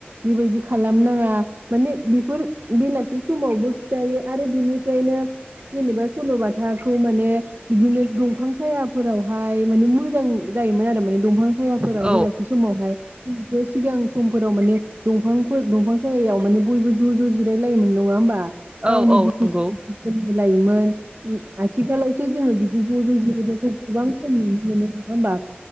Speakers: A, on the right (about 55°); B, on the right (about 25°).
A: बेबायदि खालामनाङा माने बेफोर बेलासि समावबो खिथायो आरो बिनिफ्रायनो जेनेबा सल'बाथाखौ माने बिदिनो दंफां सायाफोरावहाय माने मोजां जायोमोन आरो माने दंफां सायाफोराव
B: औ
A: बेलासि समावहाय <unintelligible> सिगां समफोराव माने दंफांफोर दंफां सायायाव माने बयबो ज' ज' जिरायलायोमोन नङा होमबा
B: औ
A: गावनि
B: औ
A: दुखु
B: नंगौ
A: सुखु <unintelligible> लायोमोन आथिखालावसो जोङो बिदि ज' ज' जिरानायखौ गोबां खम नुनो मोनो नङा होमबा